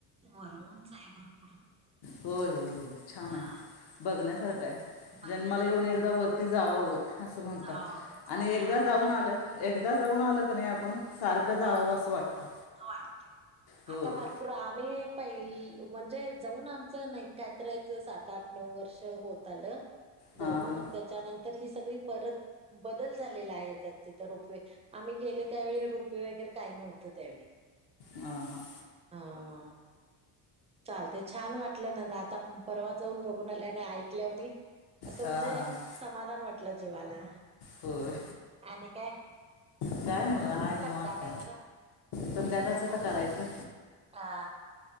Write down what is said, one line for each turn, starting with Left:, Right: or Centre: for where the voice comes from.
Right: वर्मोंस आहे भरपूर
Left: होय होय होय छान
Right: हा
Left: आहे बघण्यासारखं आहे
Right: बघण्यासारखं
Left: जन्माला येऊन एकदा
Right: आहे
Left: वरती जावाव असं म्हणतात
Right: जाऊ जाऊन
Left: आणि एकदा
Right: यावं
Left: जाऊन आलं एकदा जाऊन आल कोणी आपण सारखं जावावं
Right: हा
Left: असं वाटतं
Right: वाटतय
Left: होय
Right: आता भरपूर आम्ही पहि म्हणजे जाऊन आमच नाही काय तर एक सात आठ नऊ वर्ष होत आलं जाऊन
Left: हां हां
Right: मंग त्यांच्यानंतर ही सगळी परत बदल झालेला आहे तिथं रुपवेल आम्ही गेले त्यावेळी रूप रूप वगैरे काही नव्हतं त्यावेळीं
Left: हां हां
Right: हा चाल ते छान वाटलं ना ना आता पर्वा जाऊन बघून आल्या ना ऐकल्यावानी असं
Left: हां
Right: म्हणजे
Left: हां हां
Right: समाधान वाटलं जीवाला
Left: होय
Right: आणि काय.
Left: काय हवा हाय
Right: संध्याकाळचं
Left: निवांत संध्या तसं कशाल करायचं
Right: हा